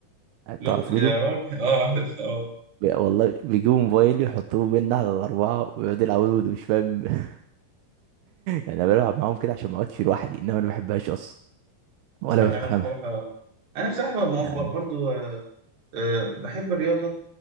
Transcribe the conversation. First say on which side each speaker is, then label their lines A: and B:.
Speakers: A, on the right (about 50°); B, on the right (about 80°).
A: لو
B: تعرف
A: يا
B: لودو
A: راجل <laughs> أه عارف أه
B: بي- والله بيجيبوا موبايل يحطوه بينا على الأربعة ويقعدوا يلعبوا لودو مش فاهم <laughs> يعني انا بلعب معاهم كده عشان ما اقعدش في لوحدي انما انا ما بحبهاش اصلا ولا
A: لا
B: بفهمها
A: أنا بصراحة أنا بصراحة ب-
B: يعني
A: ب- برضو آه، آه، بحب الرياضة